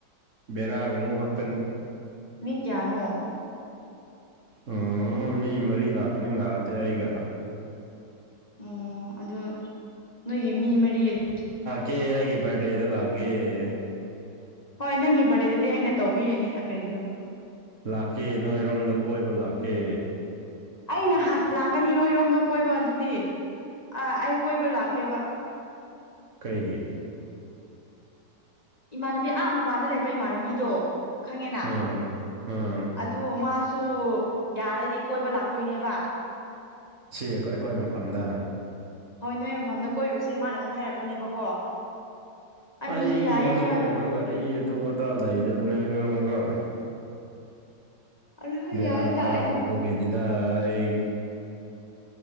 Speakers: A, on the right; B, on the left.
A: ꯕꯦꯔꯥ ꯀꯥꯡꯕꯨ ꯈꯛ
B: ꯃꯤ ꯀꯌꯥꯅꯣ
A: ꯎꯝ ꯃꯤ ꯃꯔꯤ ꯂꯥꯛꯀꯅꯤ ꯂꯥꯛꯑꯗꯤ ꯑꯩꯒ
B: ꯑꯣ ꯑꯗꯨ ꯅꯣꯏꯒꯤ ꯃꯤ ꯃꯔꯤꯒꯤꯗꯤ
A: ꯀꯦ ꯑꯩꯒꯤ ꯕꯔꯗꯦꯗ ꯂꯛꯑꯒꯦ
B: ꯍꯣꯏ ꯅꯪꯒꯤ ꯕꯥꯔꯗꯦꯗꯗꯤ ꯑꯩꯅ ꯇꯧꯕꯤꯔꯅꯤꯗ ꯀꯔꯤꯒꯤꯅꯣ
A: ꯂꯥꯛꯀꯦ ꯅꯣꯏꯔꯣꯝꯗ ꯀꯣꯏꯕ ꯂꯥꯛꯀꯦ
B: ꯑꯩ ꯅꯍꯥꯟ ꯂꯥꯛꯀꯅꯤ ꯅꯣꯏꯔꯣꯝꯗ ꯀꯣꯏꯕ ꯑꯗꯨꯗꯤ ꯑꯩ ꯀꯣꯏꯕ ꯂꯥꯛꯀꯦꯕ
A: ꯀꯩꯒꯤ
B: ꯏꯃꯥꯟꯅꯕꯤ ꯑꯥ ꯃꯄꯥꯟꯗ ꯂꯩꯕ ꯏꯃꯥꯟꯅꯕꯤꯗꯣ ꯈꯪꯉꯦꯅ
A: ꯎꯝ ꯎꯝ
B: ꯑꯗꯨ ꯃꯥꯁꯨ ꯌꯥꯔꯗꯤ ꯀꯣꯏꯕ ꯂꯥꯛꯇꯣꯏꯅꯦꯕ
A: ꯁꯤ ꯑꯩꯈꯣꯏ ꯃꯐꯝꯗ
B: ꯍꯣꯏ ꯅꯣꯏ ꯃꯐꯝꯗ ꯀꯣꯏꯔꯨꯁꯦ ꯃꯥꯅꯁꯨ ꯍꯥꯏꯔꯛꯄꯅꯦꯕꯀꯣ ꯑꯩꯅꯁꯨ
A: ꯑꯩꯗꯤ
B: ꯌꯥꯏꯌꯦ
A: ꯍꯧꯖꯤꯛ
B: ꯍꯣꯏ
A: ꯀꯩꯅꯣ ꯒꯥꯔꯤ ꯑꯇꯨ ꯑꯇꯥ ꯂꯩꯗꯕꯅꯦ <unintelligible>
B: ꯑꯗꯨ ꯍꯣꯏ
A: ꯕꯦꯔꯥ
B: ꯌꯥꯏ ꯇ
A: ꯀꯥꯕ
B: ꯑꯩꯅ
A: ꯑꯗꯨꯒꯤꯅꯤꯗ ꯑꯩ